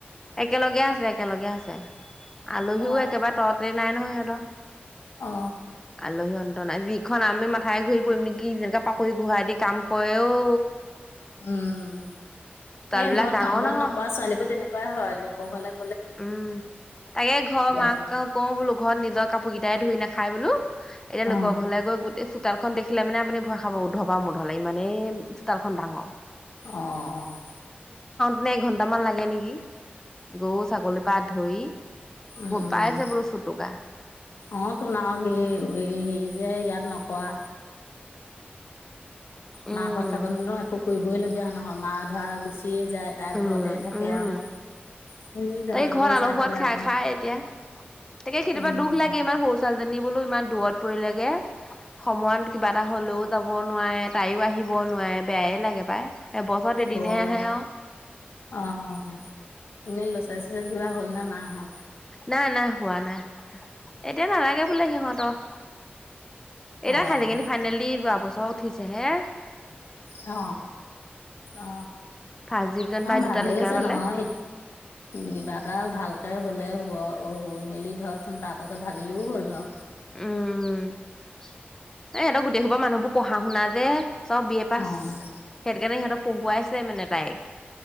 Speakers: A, on the left (about 15°); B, on the left (about 90°).
A: একেলগে আছে একেলগে আছে আলহীও
B: অ
A: একেবাৰে ততে নাই নহয় সিহঁতৰ।
B: অ
A: আলহী। যিখন আমি মাথাই ঘূৰি পৰিম নেকি যেনেকৈ টাকুৰি ঘূৰা দি কাম কৰে ঔ।
B: উম এ
A: বিলাক
B: ঘৰত
A: ডাঙৰ
B: কাম বন
A: ডাঙৰ
B: নকৰা ছোৱালীবোৰ তেনেকা হয় লোকস হলে
A: উম তাকে ঘৰ মাক
B: হয়।
A: কওঁ বোলো ঘৰত নিজৰ কাপোৰ কেইটাই ধুই নাখা খাই বোলো! এতিয়াল
B: অ
A: লগৰ ঘলে গৈ গোটেই চ চোতালখন দেখিলে মানে আপুনি ভয় খাব উধ বা মধলে ইমানেই চোতালখন ডাঙৰ।
B: অ'
A: এনে এঘন্টামান লাগে নেকি? গৌ পা ধৰি।
B: উম
A: পাইছে বোলো চুটুকা
B: অ তো নও কি <unintelligible> এই যে ইয়াত নকোৱা
A: উম
B: মা কথা কলোঁ ন একো কৰিবইলগীয়া হয় নহয় মা ধৰা গুচি গুচিয়ে যায় তাৰ
A: উম,
B: ঘৰতে থাকে
A: উম,
B: আৰু হেৰি তলে
A: তাই ঘৰত
B: তলে
A: আলসোৱাত
B: চাই থাকে
A: খাই
B: আকৌ
A: খাই এতিয়া, তাকে কেতিয়াবা
B: উম
A: দুখ লাগে ইমান সৰু ছোৱালীজনী বোলো ইমান দূৰত পৰিলেগে সময়ত কিবা এটা হ'লেও যাব নোৱাৰে তাইও আহিব নোৱাৰে বেয়াই লাগে পাই। এবছৰত
B: গৰম,
A: এদিনহে আহে আৰু
B: অ' এনেই লৰা, ছোৱালী কিবা হ'ল নে নাই হোৱা?
A: নাই, নাই হোৱা নাই। এতিয়া নালাগে বোলে সিহঁতক। এতিয়া
B: অ',
A: হাইাৰ ছেকেণ্ডাৰী ফাইনেল দি যোৱাবছৰ উঠিছে হে
B: অ, অ, অ,
A: ফাৰ্ষ্ট ডিভিজন পাই
B: অ, ভালেই
A: দুটা লেটাৰ
B: হৈছে
A: পালে
B: নহয়, কিবা এটা ভাল হোলে, হোৱা, হৈ মেলি ধৰক তাৰ পাছত ভাবিলেও হ'ল বাৰু।
A: উম। এ, সিহতৰ গোটেইসোপা মানুহবোৰ পঢ়া শুনা যে চব বি এ পাছ।
B: অ',
A: সেইটো কাৰণে সিহঁতক পঢ়ুৱাই ছে মানে তাইক।